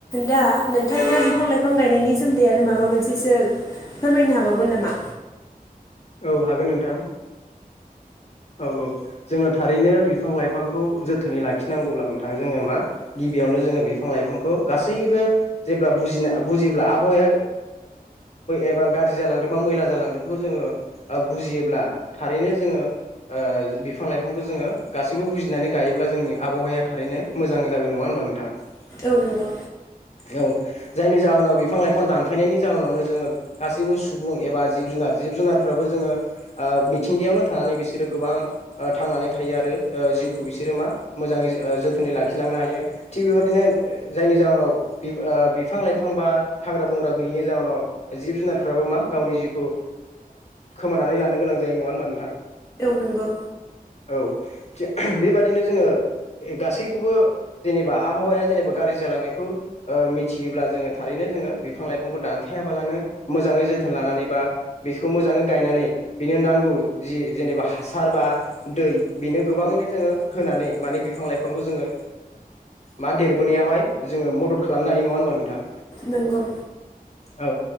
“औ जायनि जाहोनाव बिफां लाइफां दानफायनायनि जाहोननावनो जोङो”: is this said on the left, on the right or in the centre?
Left